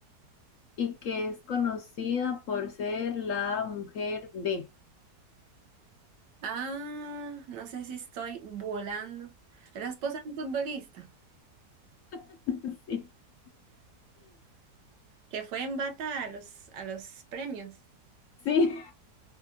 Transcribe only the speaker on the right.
Ah, no sé si estoy volando. Es la esposa de un futbolista
que fue en bata a los, a los premios.